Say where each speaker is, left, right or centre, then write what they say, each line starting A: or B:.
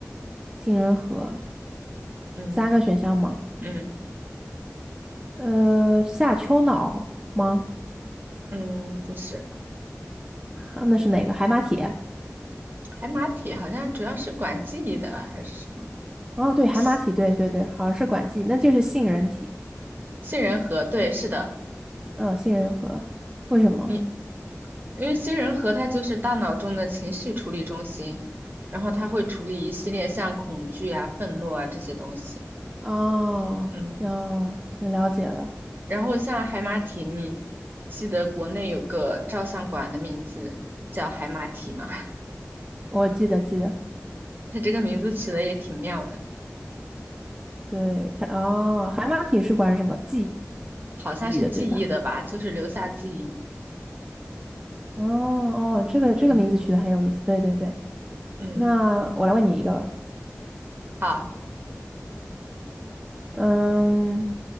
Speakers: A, on the right (about 20°); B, on the right (about 40°).
A: 杏仁核，
B: 嗯
A: 三个选项吗？
B: 嗯
A: 呃，下丘脑吗？
B: 嗯，不是，
A: 啊那是哪个？海马体？
B: 海马体好像主要是管记忆的还是什么？
A: 哦，对，
B: 这杏
A: 海马体，对对对，好像是管记，那就是杏仁体，
B: 杏仁核，对，是的。
A: 嗯，杏仁核，为什么？
B: 你因为杏人核它就是大脑中的情绪处理中心，然后它会处理一系列像恐惧啊、愤怒啊这些东西。
A: 哦，
B: 嗯，
A: 哦，了解了，
B: 然后像海马体，你记得国内有个照相馆的名字叫海马体吗？<laughs>
A: 我记得记得，
B: 它这个名字起的也挺妙的，
A: 对它，哦，海马体是管什么记
B: 好像是记忆的吧，
A: 忆的，对吧？
B: 就是留下记忆。
A: 哦哦，这个这个名字取得很有意思，
B: 嗯
A: 对对对。
B: 嗯，
A: 那我来问你一个吧，
B: 好，
A: 嗯，